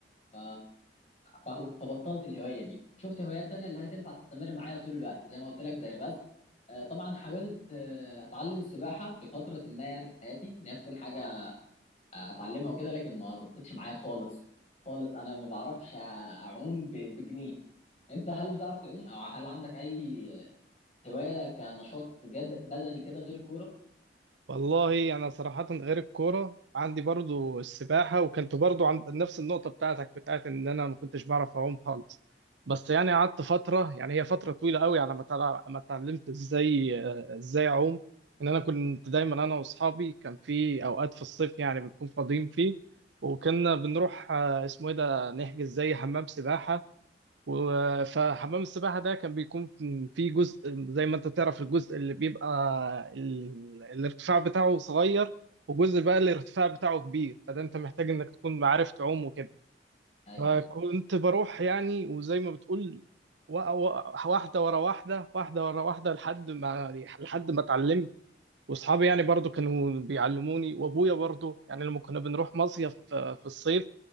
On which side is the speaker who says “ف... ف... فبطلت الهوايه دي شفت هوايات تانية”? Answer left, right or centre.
Left